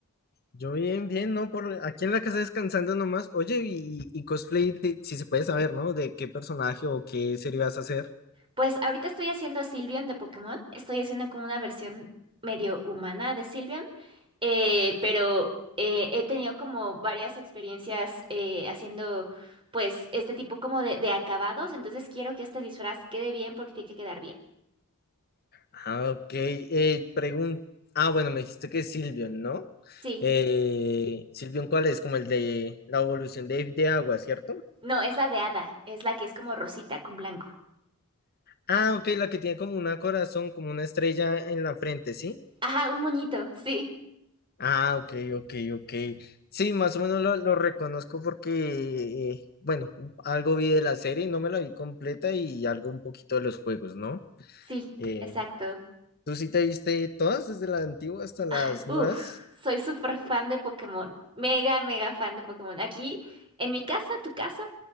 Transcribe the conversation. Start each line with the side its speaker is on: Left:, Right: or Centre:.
Left: Yo bien, bien, ¿no? Por aquí en la casa descansando nomás. Oye, y, y cosplay, de- si se puede saber, ¿no? ¿De qué personaje o qué serie vas a hacer?
Right: Pues ahorita estoy haciendo a Sylveon de Pokémon. Estoy haciendo como una versión medio humana de Sylveon. Eh, pero eh, he tenido como varias experiencias eh, haciendo pues este tipo como de, de acabados. Entonces quiero que este disfraz quede bien porque tiene que quedar bien.
Left: Ah, ok. Eh, pregun- Ah, bueno, me dijiste que es Silvion, ¿no?
Right: Sí.
Left: Eh, Silvion, ¿cuál es? Como el de la evolución de, de agua, ¿cierto?
Right: No, es la de hada. Es la que es como rosita con blanco.
Left: Ah, ok, la que tiene como una corazón, como una estrella en la frente, ¿sí?
Right: Ajá, un moñito. Sí.
Left: Ah, ok, ok, ok. Sí, más o menos lo, lo reconozco porque, eh, bueno, algo vi de la serie, no me la vi completa y algo un poquito de los juegos, ¿no?
Right: Sí.
Left: Eh,
Right: Exacto.
Left: ¿tú sí te viste todas, desde la antigua hasta las
Right: Ah, uf,
Left: nuevas?
Right: soy súper fan de Pokémon. Mega, mega fan de Pokémon. Aquí, en mi casa, tu casa.